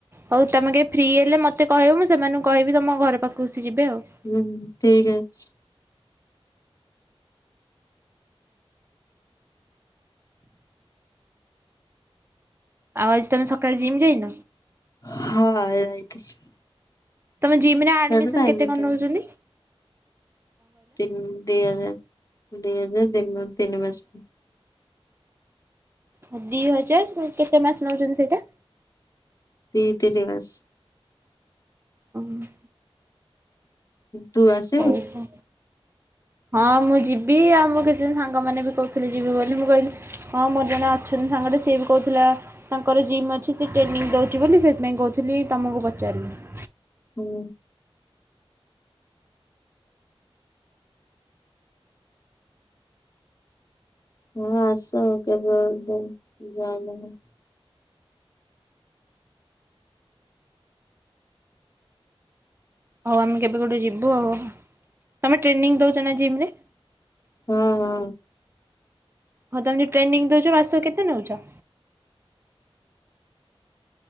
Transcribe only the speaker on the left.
ହୁଁ ଠିକ୍ ଅଛି।
ହାଏ ଯାଇଥିଲି।
ସେଇଟା ତ ଏନି
ଟାଇମ
ତିିନି ଦି ହଜାର ଦି ହଜାର ଦିନ ତିନି ମାସକୁ।
ଦି ତିନି ମାସ୍।
ତୁ ଆସ
ହୁଁ। ହଁ ଆସ କେବେ ଗୋଟେ ଜଏନହବ।
ହୁଁ ହୁଁ।